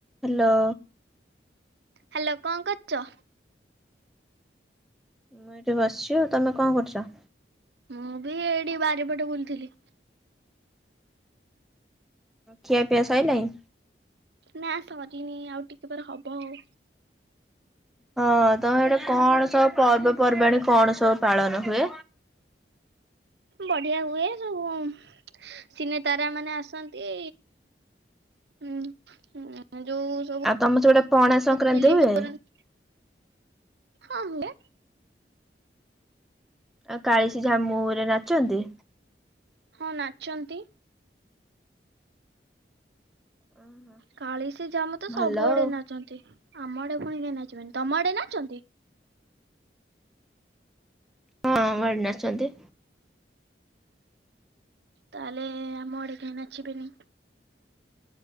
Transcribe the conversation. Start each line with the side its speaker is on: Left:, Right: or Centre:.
Centre: Hello.
Right: Hello କଣ କରୁଛ?
Centre: ମୁଁ ଏଇଠି ବସିଛି ଆଉ ତମେ କଣ କରୁଛ?
Right: ମୁଁ ବି ଏଇଠି ବାରିପଟେ ବୁଲଥିଲି।
Centre: ଖିଆ ପିଆ ସଇଲାଇଁ।
Right: ନା ସରିନି ଆଉ ଟିକେ ପରେ ହବ ଆଉ
Centre: ହଁ ତମର ସେଠି କଣ ସବୁ ପର୍ବପର୍ବାଣୀ କଣ ସବୁ ପାଳନ ହୁଏ।
Right: ବଢିଆ ହୁଏ ସବୁ ସିନେ ତାରା ମାନେ ଆସନ୍ତି ଉଁ ଉଁ ଯୋଉ ସବୁ
Centre: ଆଉ ତମ ସେପଟେ ପଣା ସଂକ୍ରାନ୍ତି
Right: ଫିଲ୍ମ
Centre: ହୁଏ।
Right: କରନ୍ତି ହଁ ହୁଏ।
Centre: ଆଉ କାଳିଶୀ ଝାମୁ ରେ ନାଚନ୍ତି।
Right: ହଁ ନାଚନ୍ତି।
Centre: ଓହୋ,
Right: କାଳିଶୀ ଝାମୁ ତ
Centre: ଭଲ
Right: ସବୁଆଡେ
Centre: ଆଉ
Right: ନାଚନ୍ତି ଆମ ଆଡେ ପୁଣି କାହିଁ ନାଚିବେନି ତମ ଆଡେ ନାଚନ୍ତି।
Centre: ହଁ ଆମ ଆଡ଼େ ନାଚନ୍ତି।
Right: ତାହେଲେ ଆମ ଆଡେ କାହିଁ ନାଚିବେନି।